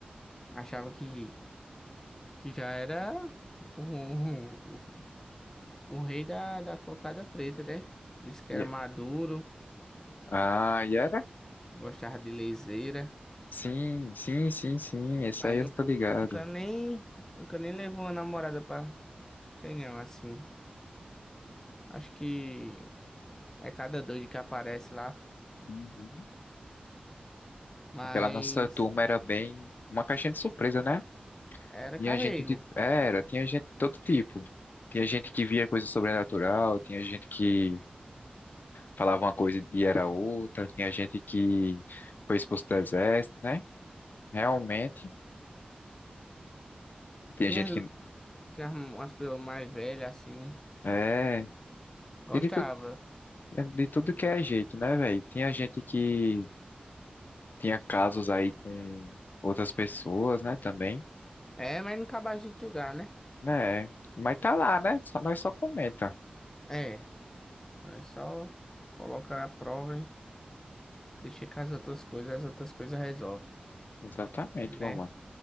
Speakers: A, on the left (about 15°); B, on the left (about 65°).
A: achava que, que já era o, o, o rei da, da cocada preta, né? Disse que
B: Ye-
A: era maduro,
B: Ah, Yara?
A: gostava de leseira.
B: Sim, sim, sim, sim. Esse
A: Mas
B: aí eu
A: nunca,
B: tô ligado.
A: nunca nem, nunca nem levou uma namorada pra, sei não, assim. Acho que é cada doido que aparece lá.
B: Uhum.
A: Mas
B: Aquela nossa turma era bem uma caixinha de surpresa, né?
A: era
B: Tinha
A: carrego.
B: gente de. Era, tinha gente de todo tipo. Tinha gente que via coisa sobrenatural, tinha gente que falava uma coisa e era outra, tinha gente que foi expulso do exército, né? Realmente. Tinha
A: Tinha,
B: gente que.
A: tinha umas pessoas mais velhas, assim.
B: É.
A: Gostava.
B: tinha De tudo, de tudo que é jeito, né, velho? Tinha gente que Tinha casos aí com outras pessoas, né, também,
A: É, mas não acabava de julgar, né?
B: né? Mas tá lá, né? Só, nós só comenta.
A: É, nós só colocar a prova, hein? Deixa com as outras coisas, as outras coisas resolvem,
B: Exatamente,
A: né?
B: meu mano.